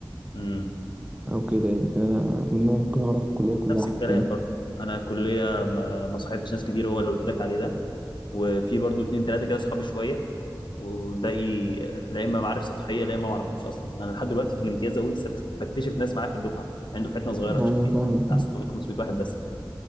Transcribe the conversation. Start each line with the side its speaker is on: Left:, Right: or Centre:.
Left: امم
Right: او كده يعني لكن انا رغم ان انا ممكن اعرف الكليه كلها
Left: نفس
Right: حرفيا
Left: الكلام برضه أنا كلية ما ما صاحبتش ناس كتير هو اللي قلت لك عليه ده وفي برضو اتنين تلاتة كده صحابي شوية والباقي لا اما معارف سطحيه لا اما ما اعرفهمش اصلا انا لحد دلوقتي في الامتياز اقول لسه بكتشف ناس معايا في الدفعه يعني دفعتنا صغيره
Right: ايوه
Left: مش كبيره
Right: فاهمك
Left: بتاع 600 500 واحد بس